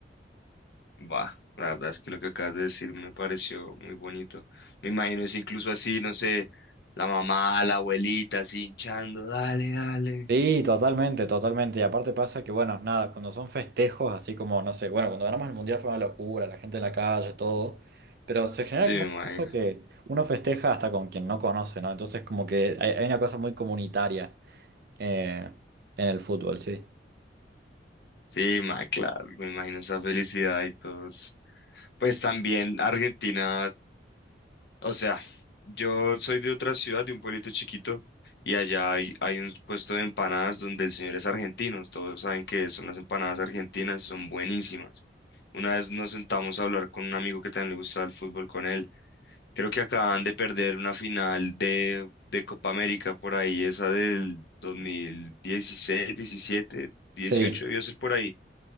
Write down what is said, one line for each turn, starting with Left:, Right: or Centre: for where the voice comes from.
Left: Va, la verdad es que lo que acabas de decir me pareció muy bonito. Me imagino es incluso así, no sé, la mamá, la abuelita así hinchando, dale, dale.
Right: Sí, totalmente, totalmente. Y aparte pasa que, bueno, nada, cuando son festejos, así como, no sé, bueno, cuando ganamos el mundial fue una locura, la gente en la calle, todo, pero se genera
Left: Sí,
Right: como
Left: me imagino.
Right: una cosa que uno festeja hasta con quien no conoce, ¿no? Entonces, como que hay, hay una cosa muy comunitaria eh, en el fútbol, sí.
Left: Sí, ma, claro, me imagino esa felicidad y todos. Pues también Argentina, o sea, yo soy de otra ciudad, de un pueblito chiquito, y allá hay, hay un puesto de empanadas donde el señor es argentino. Todos saben que son las empanadas argentinas, son buenísimas. Una vez nos sentamos a hablar con un amigo que también le gustaba el fútbol con él. Creo que acaban de perder una final de, de Copa América por ahí, esa del 2016, 17, 18
Right: Sí.
Left: debió ser por ahí.